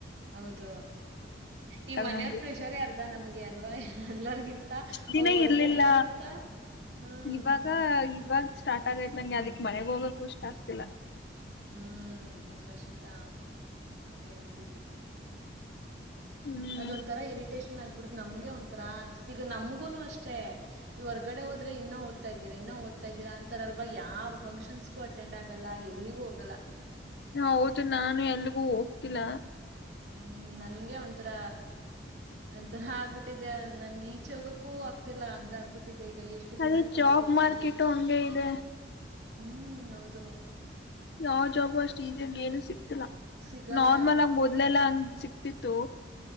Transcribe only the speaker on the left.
ನಮ್ಗು
ದಿನೇ
ಇರ್ಲಿಲ್ಲ
ಇವಾಗ ಇವಾಗ ಸ್ಟಾರ್ಟ್ ಆಗೈತ್ ನಂಗೆ ಅದಕ್ಕೆ ಮನೆಗ್ ಹೋಗಕ ಇಷ್ಟ ಆಗ್ತಿಲ್ಲ
ಹ್ಮ್
ಹೌದು ನಾನು ಎಲ್ಗೂ ಹೋಗ್ತಿಲ್ಲ
ಅಲ್ಲಿ
ಜಾಬ್
ಮಾರ್ಕೆಟ್ು ಹಂಗೆ ಇದೆ
ಯಾವ ಜಾಬು ಅಷ್ಟ್ ಈಜಿಯಾಗಿ ಏನು ಸಿಕ್ತಲ್ಲ
ನಾರ್ಮಲ್ ಆಗಿ ಮೊದಲೆಲ್ಲಾ ಅಂಗ ಸಿಕ್ತ ಇತ್ತುು